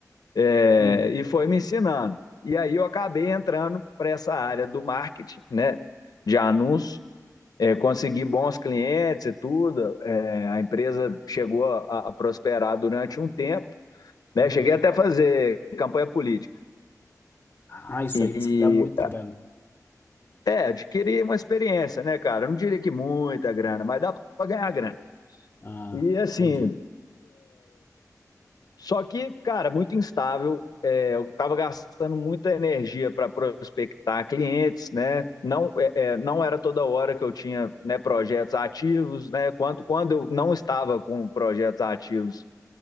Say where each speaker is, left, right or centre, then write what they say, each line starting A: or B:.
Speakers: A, on the left; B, on the left.
A: é,
B: Hum,
A: e foi me ensinando. E aí eu acabei entrando para essa área do marketing, né, de anúncios, é, consegui bons clientes e tudo, é, a empresa chegou a, a prosperar durante um tempo, né,
B: uhum.
A: cheguei até a fazer campanha política,
B: Ah, isso
A: e
B: aí diz que dá muita grana.
A: é, adquirir uma experiência, né, cara? Eu não diria que muita grana, mas dá para ganhar grana.
B: Ah,
A: E assim,
B: entendi.
A: só que, cara, muito instável. É, eu estava gastando muita energia para prospectar clientes, né? Não, é, é, não era toda hora que eu tinha né, projetos ativos, né? Quando, quando eu não estava com projetos ativos,